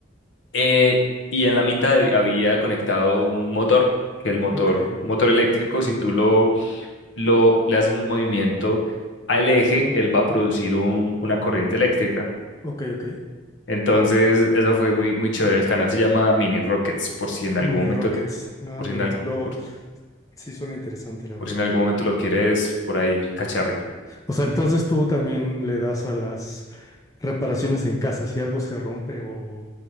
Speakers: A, on the left; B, on the left.
A: eh, y en la mitad hab- había conectado un motor, que el motor,
B: ok,
A: un motor eléctrico, si tú lo, lo le haces un movimiento al eje, él va a producir un- una corriente eléctrica.
B: ok, ok.
A: Entonces, eso fue muy, muy chévere. El canal se llama Mini Rockets, por si en algún
B: Mini
A: momento,
B: Rockets. Ah,
A: por
B: mira,
A: si en, al-
B: lo,
A: por,
B: sí suena interesante, la
A: por
B: verdad.
A: si en algún momento lo quieres por ahí cacharrear.
B: O sea, entonces tú también le das a las reparaciones en casa si algo se rompe o